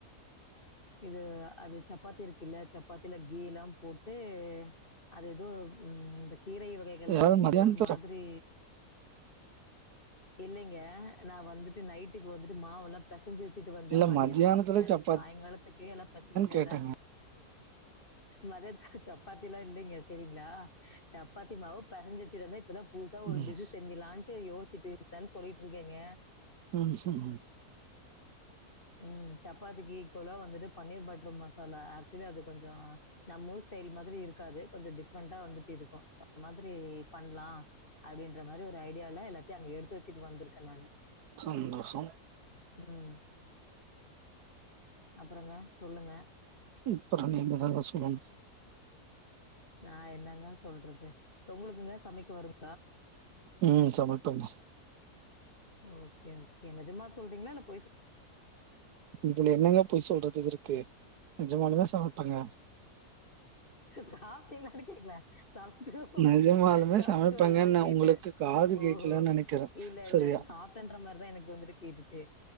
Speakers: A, on the left; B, on the right.
A: இது அது சப்பாத்தி இருக்குல்ல சப்பாத்தில கீயலாம் போட்டு அது எதோ ம் இந்த கீரை வகைகள்லாம்
B: ஏதாவது
A: போட்டு
B: மதியானத்துல
A: ஒரு மாதிரி
B: சப்
A: இல்லைங்க நா வந்துட்டு நைட்டுக்கு வந்துட்டு மாவெல்லா பெசஞ்சு வெ ச்சுட்டு வந்தே
B: இல்ல
A: மதிய
B: மத்தியானத்துல
A: சாப்ட்டே
B: சப்பாத்தியான்னு
A: சாயங்காலத்துக்கே எல்லா பெசஞ்சு வெச்சுட்டு
B: கேட்டேங்க
A: வந்தே மதத்துல சப்பாத்தி எல்லா இல்லைங்க செரிங்களா சப்பாத்தி மாவு பெசஞ்சு வச்சுட்டு வந்தே இப்பதா புதுசா ஒரு
B: ம்
A: டிஸ்சு செஞ்சுலான் டு யோஸ்சிட்டு இருக்கேனு சொல்லிட்டு இருக்கேங்க
B: ஆ <unintelligible>
A: ம் சப்பாத்திக்கு ஈக்குவலா வந்துட்டு பன்னீர் பட்ரு மசாலா ஆக்சுவலி அது கொஞ்சோ நம் ஊர் ஸ்டைல் மாதிரி இருக்காது கொஞ்சோ டி ஃபறென்ட்டா வந்துட்டு இருக்கு சாப்பனா திரி பண்லா அப்டின்ற மாரி ஒரு ஐடியாலா எல்லாத்தையு அங்க எடுத்து வச்சுட்டு வந்திருக்கே நான்னு
B: சந்தோஷம்
A: ம் அப்புறங்க சொல்லுங்க
B: ம் ப்புற நீங்கதாங்க சொல்லலும்
A: நா என்னங்க சொல்றது உங்களுக்குங்க சமைக்க வரும்
B: உம் சமபங்க
A: ஓகே ஓகே நிஜமா சொல்றீங்களா இல்லப்
B: இதுல என்னங்க போய் சொல்றதுக்கு இருக்கு நேஜமானுமே சாமைப்பங்க
A: ஸ்சாப்டிங்கலன்னனு கேக்கல சாப்பிட்டுஹோ
B: நெஜமாலுமே
A: சாப்பட்டு
B: சமைப்பாங்கன்னு
A: வருமான்னு கேட்டேன்
B: உங்களுக்கு காது கேட்கலன்னு
A: ஓஹோ
B: நெனைக்கிறேன்.
A: இல்ல இல்ல
B: சரியா?
A: ச சாப்டன்ற மாரிதான் எனக்கு வந்துட்டு கேட்டுச்சு